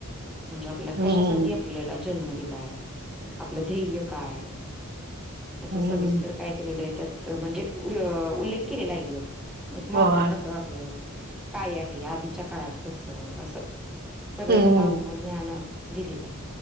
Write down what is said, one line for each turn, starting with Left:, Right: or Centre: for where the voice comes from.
Centre: म्हणजे आपल्या
Right: हम्म.
Centre: कशासाठी आपल्याला जन्म दिलाय आपलं ध्येय काय ह्याचा
Right: हम्म.
Centre: सविस्तर काय केलेलं आहे त्यात म्हणजे उल्लेख केलेला आहे गि एक माणसान
Right: होय.
Centre: कसं वागलं काय आहे आधीच्या काळात कसं अस सगळं
Right: हम्म.
Centre: त्यात आत्मज्ञान दिलेलं आहे